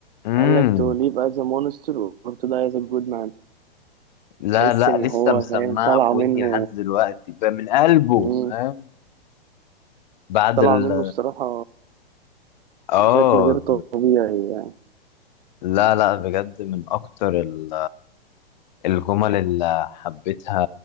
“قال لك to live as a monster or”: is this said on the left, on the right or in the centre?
Right